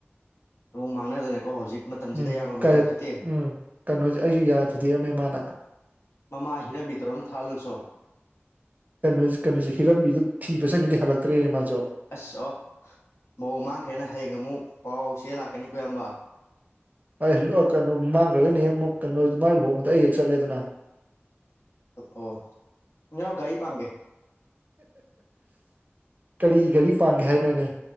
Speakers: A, on the left; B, on the right.
A: ꯑꯃꯨꯛ ꯃꯥꯡꯅꯗꯅꯀꯣ ꯍꯧꯖꯤꯛ ꯃꯇꯝꯁꯤꯗ
B: ꯎꯨꯝ
A: ꯑꯌꯥꯝꯕ
B: ꯀꯜꯂꯤ
A: ꯃꯇꯝ ꯐꯠꯇꯦ
B: ꯎꯨꯝ ꯀꯩꯅꯦꯖꯦ ꯑꯩꯁꯨ ꯌꯥ ꯊꯨꯗꯦꯛꯑꯝꯃꯦ ꯃꯥꯅ ꯕꯥꯑ
A: ꯃꯃꯥ ꯍꯤꯔꯝꯕꯤꯗꯔ ꯑꯝ ꯊꯛꯍꯜꯂꯨꯆꯣ
B: ꯀꯩꯅꯣꯖꯤ-ꯀꯩꯅꯣꯖꯤ ꯍꯤꯔꯝꯕꯤꯁꯦ ꯊꯤꯕ ꯆꯠꯈꯤꯗꯩ ꯍꯂꯛꯇ꯭ꯔꯦꯅꯦ ꯃꯥꯖꯨ
A: ꯑꯁ-ꯑꯣ ꯃꯧ ꯃꯥꯡꯈ꯭ꯔꯦꯅ ꯍꯌꯦꯡ ꯑꯃꯨꯛ ꯄꯥꯎ-ꯆꯦ ꯂꯥꯛꯀꯅꯤꯀꯣ ꯏꯌꯥꯝꯕ
B: ꯑ-ꯂꯣꯏ ꯀꯩꯅꯣ ꯃꯥꯡꯈ꯭ꯔꯒꯅ ꯍꯦꯛ ꯃꯨꯛ ꯀꯩꯅꯣ ꯃꯥꯏ ꯂꯨꯍꯣꯡꯕꯗ ꯑꯩ ꯍꯦꯛ ꯆꯠꯂꯦꯗꯅ
A: ꯑꯣ ꯅꯪ ꯒꯔꯤ ꯄꯥꯡꯒꯦ
B: ꯀꯔꯤ ꯒꯥꯔꯤ ꯄꯥꯡꯒꯦ ꯍꯥꯏꯅꯣꯅꯦ